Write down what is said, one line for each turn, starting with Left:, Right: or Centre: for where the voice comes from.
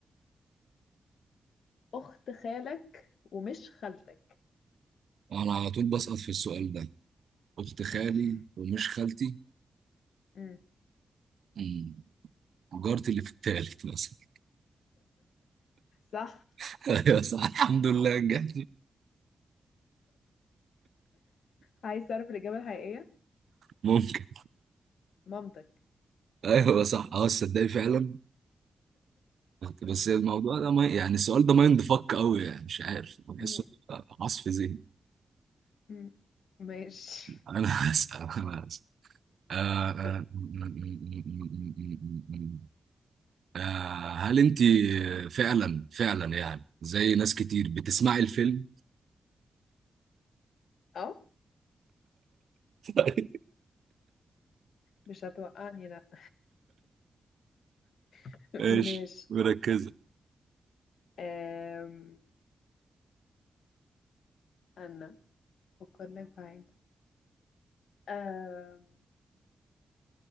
Left: أخت خالك ومش خالتك
Right: انا على طول بسقط في السؤال ده اخت خالي
Left: <laughs>
Right: ومش خالتي
Left: مم.
Right: مم. جارتي اللي في التالت مثلا
Left: صح
Right: <laughs> ايوه صح الحمد لله نجحت
Left: عايز تعرف الإجابة الحقيقية
Right: ممكن
Left: مامتك
Right: ايوه صح اه تصدقي فعلا بس الموضوع ده ما يعني السؤال ده مايند فك قوي يعني مش عارف بحسه
Left: مم.
Right: عصف ذهني
Left: مم. ماشي
Right: انا هسأل انا هسأل آه، آه،
Left: بس-
Right: م- م- م- م- آه، هل انت فعلا فعلا يعني زي ناس كتير بتسمعي الفيلم
Left: اه
Right: <laughs>
Left: مش هتوقعني لا <laughs>
Right: ايش
Left: ماشي
Right: مركزة
Left: أم، أنا أفكر لك في حاجة أم،